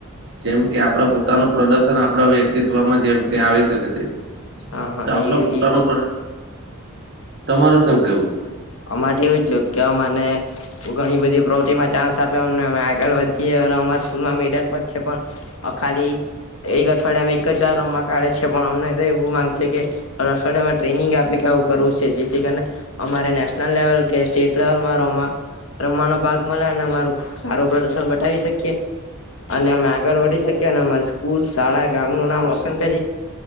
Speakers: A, on the right; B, on the left.
A: જેમ કે
B: હા
A: આપડા પોતાનું પ્રોડ આપણા વ્યક્તિત્વમાં જેમ કે આવી શકે છે.
B: હા હા
A: તો આપડે પોતાનો
B: એ તો
A: પ્રયત્ન તમારે શું કેવું.
B: અમાર એવું છે કે અમને ઘણી બધી પ્રવૃતિમાં ચાન્સ આપે અમે આગળ વધીએ સર અમાર સ્કૂલમાં મેડલ પણ છે પણ ખાલી એક અઠવાડિયા માં એક જ વાર રમ માં કાઢે છે પણ અમને તો એવું માંગે છે કે અઠવાડિયામાં ટ્રેનિંગ આપે આવું કરવું છે જેથી કરીને અમારે નેશનલ લેવલ કે સ્ટેટ લેવલ મા રમવા રમવાનો ભાગ મળે અને અમારું સારું પ્રદર્શન બતાાવી શકીએ અને અમે આગળ વધી શકીએ અને અમારી સ્કૂલ શાળા ગામ નુ નામ રોશન કરી